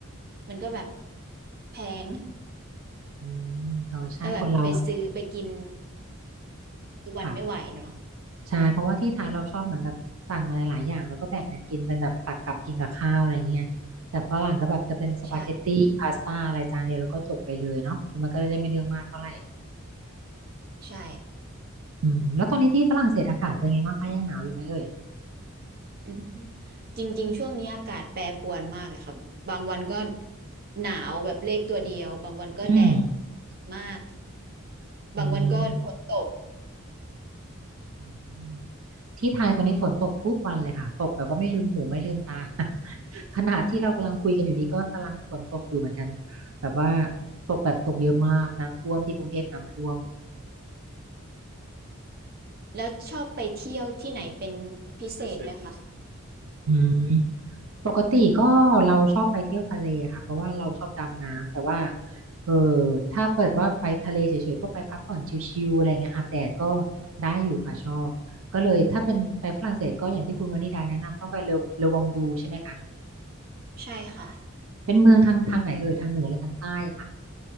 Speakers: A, on the right; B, on the right.
A: มันก็แบบแพง
B: อืมเออใช่คนเราอะ
A: แล้วแบบไปซื้อไปกินทุกวันไม่ไหวเนาะ
B: ค่ะใช่เพราะว่าที่ไทยเราชอบเหมือนแบบสั่งมาหลายๆอย่างแล้วก็แบ่งกันกินเป็นแบบตักกับกินกับข้าวอะไรเงี้ยแต่ฝรั่งก็แบบจะเป็นสปาเกตตี้พาสต้าอะไรจานเดียวแล้วก็จบไปเลยเนาะ้วมันก็จะได้ไม่เรื่องมากเท่าไหร่
A: ใช่ใช่
B: อืมแล้วตอนนี้ที่ฝรั่งเศสอากาศเป็นไงบ้างคะยังหนาวอยู่ไหมเอ่ย
A: อืมจริงๆช่วงนี้อากาศแปรปรวนมากเลยครับบางวันก็หนาวแบบเลขตัวเดียวบางวันก็แดด
B: อืม
A: มากบางวันก็ฝนตก
B: อืมอืมที่ไทยตอนนี้ฝนตกทุกวันเลยค่ะตกแบบว่าไม่ลืมหูไม่ลืมตา <laughs> ขณะที่เรากำลังคุยกันอยู่นี้ก็กำลังฝนตกอยู่เหมือนกันแบบว่าตกแบบตกเยอะมากน้ำท่วมที่กรุงเทพน้ำท่วม
A: แล้วชอบไปเที่ยวที่ไหนเป็นพิเศพิษเศไหมษคะ
B: อืมปกติก็เราชอบไปเที่ยวทะเลอะค่ะเพราะว่าเราชอบดำน้ำแต่ว่าเออถ้าเปิดว่าไปทะเลเฉยๆก็ไปพักผ่อนชิลๆอะไรเงี้ยอาบแดดก็ได้อยู่ค่ะชอบก็เลยถ้าเป็นไปฝรั่งเศสก็อย่างที่คุณวนิดาแนะนำต้องไปเลอเลอวองดูใช่ไหมคะ
A: ใช่ค่ะ
B: เป็นเมืองทางทางไหนเอ่ยทางเหนือหรือทางใต้ค่ะ